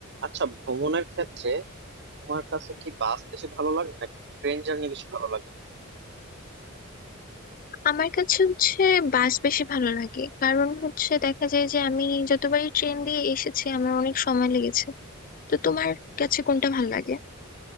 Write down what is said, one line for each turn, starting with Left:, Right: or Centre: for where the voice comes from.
Right: আচ্ছা ভ্রমণের ক্ষেত্রে তোমার কাছে কি বাস বেশি ভালো লাগে নাকি ট্রেন জার্নি বেশি ভালো লাগে
Left: আমার কাছে হচ্ছে বাস বেশি ভালো লাগে কারণ হচ্ছে দেখা যায় যে আমি যতবারই ট্রেন দিয়ে এসেছি আমার অনেক সময় লেগেছে তো তোমার কাছে কোনটা ভালো লাগে